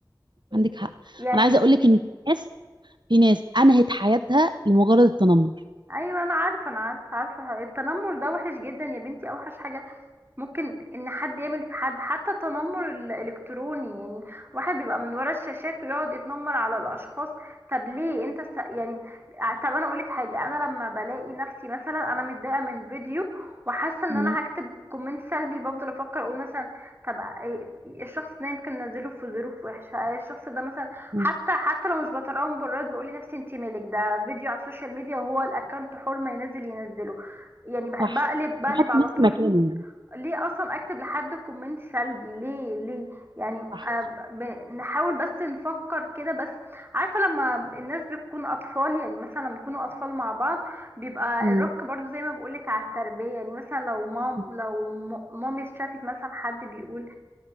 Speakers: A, on the right; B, on the right.
A: عندك حق
B: يعني
A: انا عايزه اقول لك ان في ناس في ناس انهت حياتها لمجرد التنمر
B: ايوه انا عارفه انا عارفه عارفه التنمر ده وحش جدا يا بنتي اوحش حاجه ممكن ان حد يعمل في حد حتى التنمر الالكتروني يعني واحد بيبقى من ورا الشاشات ويقعد يتنمر على الاشخاص طب ليه انت س... يعني ع- طب انا اقولك حاجه انا لما بلاقي نفسي مثلا انا متضايقه من فيديو وحاسه ان
A: مم.
B: انا هكتب كومنت سلبي بفضل افكر اقول مثلا طب إيه- الشخص ده يمكن نزله في ظروف وحشه آه، الشخص ده مثلا
A: مم.
B: حتى حتى لو مش بطلعه مبررات بقول لنفسي انت مالك ده فيديو على السوشيال ميديا وهو الاكونت حر ما ينزل ينزله يعني بح-
A: صح
B: بقلب بقلب
A: نحط
B: على
A: نفسي
B: طول
A: مكانه يعني
B: ليه اصلا اكتب لحد كومنت سلبي ليه ليه يعني
A: صح
B: آه، ب- نحاول بس نفكر كده بس عارفه لما الناس بتكون اطفال يعني مثلا لما يكونوا اطفال مع بعض بيبقى
A: مم.
B: الرك برضو زي ما بقولك على التربيه يعني مثلا لو مام
A: مم.
B: لو م- مامي شافت مثلا حد بيقول